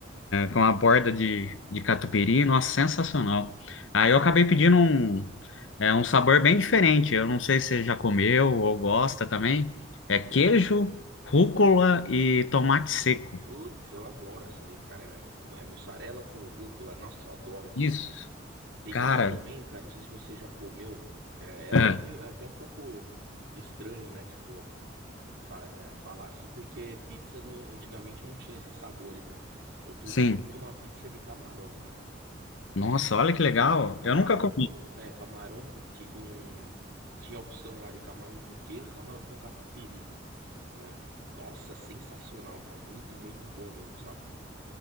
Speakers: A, on the left; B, on the right.
A: com a borda de, de catupiry, nossa, sensacional. Aí eu acabei pedindo um, é, um sabor bem diferente. Eu não sei se você já comeu ou gosta também. É queijo, rúcula e tomate seco.
B: Putz, eu adoro essa aí, cara. É, é mu- é mussarela com rúcula. Nossa, eu adoro essa
A: Isso,
B: aí, cara. Tem
A: cara,
B: uma também, cara, não sei se você já comeu. É, é
A: é,
B: até meio, é até um pouco estranho, né? Tipo, fa- é, falar assim, porque pizza não, antigamente não tinha esses sabores, né? Outro
A: sim.
B: dia eu comi uma pizza de camarão, cara.
A: Nossa, olha que legal.
B: Camarão
A: Eu nunca comi.
B: com. É, camarão com que com. Tinha a opção lá de camarão com queijo, camarão com catupiry, né? Nossa, sensacional, cara. Muito, muito boa mesmo, sabe?